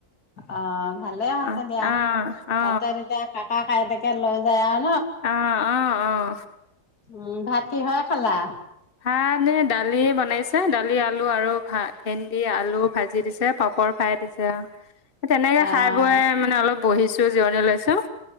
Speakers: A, on the left (about 70°); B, on the left (about 35°).
A: অ', ভালে আছে
B: অ
A: দিয়া
B: অ অ
A: যেতিয়া-তেতিয়া কাট, <unintelligible>
B: অ', - অ- অ
A: উম ', ভাত কিহেৰে খালা?
B: ভাত নে দালি বন বনাইছে দালি আলু আৰু ভাত ভেন্দী আলু ভাজি দিছে পাপৰ ফ্ৰাই দিছে আৰু। তেনেকে
A: অ',
B: খাই বই মানে অলপ বহিছো জিৰণিও লৈছো।